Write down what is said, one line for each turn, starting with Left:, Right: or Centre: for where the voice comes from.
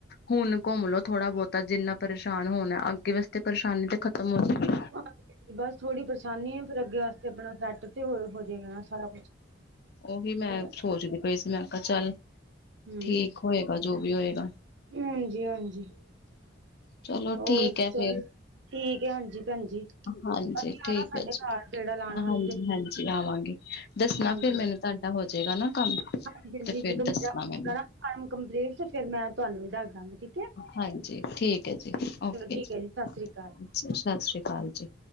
Left: ਹੁਣ ਘੁੰਮ ਲੋੋ, ਥੋੜ੍ਹਾ ਬਹੁਤਾ ਜਿੰਨਾ ਪਰੇਸ਼ਾਨ ਹੋਣਾ ਅੱਗੇ ਵਾਸਤੇ, ਪਰੇਸ਼ਾਨੀ ਤਾਂ ਖਤਮ ਹੋਣੀ
Right: ਤੇ। ਬਸ ਥੋੜ੍ਹੀ ਪਰੇਸ਼ਾਨੀ ਆ, ਫਿਰ ਅੱਗੇ ਵਾਸਤੇ ਆਪਣਾ ਸੈੱਟ ਤੇ, ਹੋ ਹੋ ਜਾਏਗਾ ਨ ਸਾਰਾ, ਕੁਛ
Left: ਉਵੀ ਮੈਂ,
Right: ਤੇ
Left: ਸੋਚਦੀ ਪਈ ਸੀ, ਮੈਂ ਕਿਹਾ ਚੱਲ
Right: ਹੂੰ,
Left: ਠੀਕ ਹੋਏਗਾ, ਜੋ ਵੀ ਹੋਏਗਾ
Right: ਹਾਂਜੀ-ਹਾਂਜੀ
Left: ਚਲੋ
Right: ਹੋਰ,
Left: ਠੀਕ ਹੈ
Right: ਚੱਲ
Left: ਫੇਰ
Right: ਠੀਕ ਹੈ, ਹਾਂਜੀ। ਭੈਣ ਜੀ, ਕਦੀ
Left: ਹਾਂਜੀ ਠੀਕ
Right: ਆਉਣਾ ਸਾਡੇ
Left: ਹੈ
Right: ਘਰ ਗੇੜਾ ਲਾਉਣ, ਵਾਸਤੇ
Left: ਹਾਂਜੀ ਹਾਂਜੀ ਜੀ ਆਵਾਂਗੇ, ਦੱਸਣਾ
Right: ਹਾਂਜੀ।
Left: ਫਿਰ ਮੈਨੂੰ ਤੁਹਾਡਾ ਹੋਜੇਗਾ, ਨਾ ਕੰਮ
Right: ਹਾਂਜੀ ਹਾਂਜੀ
Left: ਤੇ ਫਿਰ
Right: ਜਦੋਂ ਮੈ
Left: ਦੱਸਣਾ
Right: ਜਾਵੇਗੀ,
Left: ਮੈਨੂੰ
Right: ਮੇਰਾ ਫਾਰਮ ਕੰਪਲੀਟ, ਤੇ ਫੇਰ ਮੈਂ ਤੁਹਾਨੂੰ ਵੀ ਦੱਸ ਦੇਵਾਂਗੀ, ਠੀਕ ਅ
Left: ਹਾਂਜੀ, ਠੀਕ ਹੈ ਜੀ, ਓਕੇ
Right: ਠੀਕ
Left: ਜੀ,
Right: ਹੈ ਸਤਿ
Left: ਅੱਛਾ,
Right: ਸ੍ਰੀ ਅਕਾਲ
Left: ਸਤਿ ਸ੍ਰੀ ਅਕਾਲ ਜੀ।